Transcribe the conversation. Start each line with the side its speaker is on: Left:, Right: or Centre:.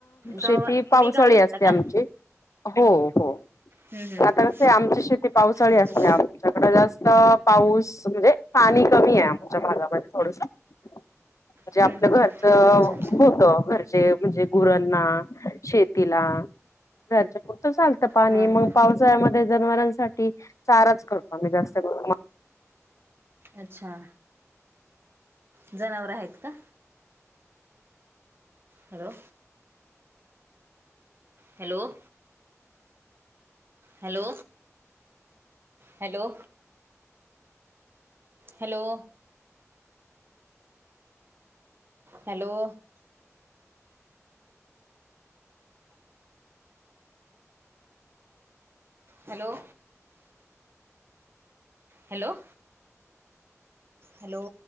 Right: गावा
Left: शेती पावसाळी
Right: तुम्ही गावी राहता
Left: असते
Right: का
Left: आमची हो हो
Right: हम्म हम्म
Left: आता कंसय आमची शेती पावसाळी
Right: अच्छा
Left: असते आ आच्याकड जास्त पाऊस म्हंजे पाणी कमीय आमच्या भागामध्ये थोडस. म्हणजे
Right: हम्म
Left: आपलं
Right: हम्म
Left: घरच
Right: अच्छा अच्छा
Left: होत, घरचे म्हणजे गुरांना शेतीला घरच्या पुुरतंच आलतं पाणी
Right: हां
Left: मग
Right: हां
Left: पाऊस <unintelligible> जनावरांसाठी चाराच करतो आम्ही जास्त करून म.
Right: अच्छा जनावर आहेत का? Hello. Hello. Hello hello. Hello. Hello. Hello. Hello. Hello.